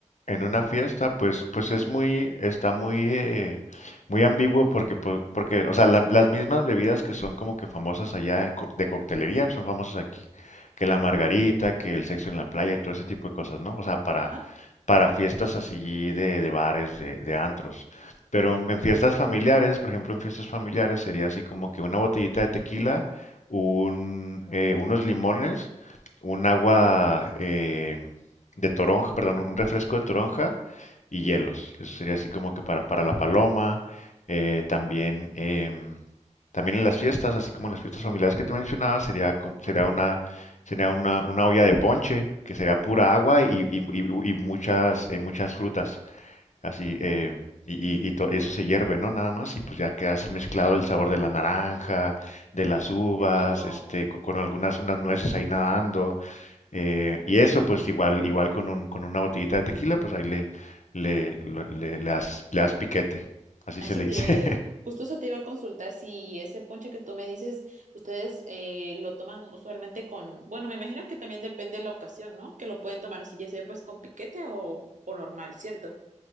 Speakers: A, on the left; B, on the right.
A: En una fiesta, pues, pues
B: Ujú.
A: es muy, está muy, eh, muy ambiguo porque, po- porque, o sea, la- las mismas bebidas que son como que famosas allá de, co- de coctelería pues, son famosas aquí, que la margarita, que el sexo en la playa y todo ese tipo de cosas, ¿no? O sea, para,
B: Ajá.
A: para fiestas así de, de bares, de, de antros. Pero
B: Ah,
A: en
B: ok.
A: fiestas familiares, por ejemplo, en fiestas familiares sería así como que una botellita de tequila, un, eh, unos limones, un agua, eh, de toronja, perdón, un refresco de toronja y hielos. Eso sería así como que para, para la paloma. eh, también, em, también en las fiestas, así como en las fiestas familiares que te mencionaba, sería, como-
B: Ajá.
A: sería una, sería una, una olla de ponche, que sería pura agua y, y- y- y muchas, eh, muchas frutas. Así, eh, y, y- y to- eso se hierve, ¿no? Nada más, y pues ya queda así mezclado el sabor de la naranja, de las uvas,
B: Qué rico.
A: este, co- con algunas unas nueces ahí nadando. Eh, y eso, pues igual, igual con un- con una botellita de tequila, pues ahí le, le, lo- le, le das, le das piquete, así
B: Eso
A: se le
B: te,
A: dice.
B: justo eso te iba a consultar si ese ponche que tú me dices, ustedes eh, lo toman usualmente con, bueno, me imagino que también depende de la ocasión, ¿no? Que lo pueden tomar así, ya sea pues con piquete o, o normal, ¿cierto?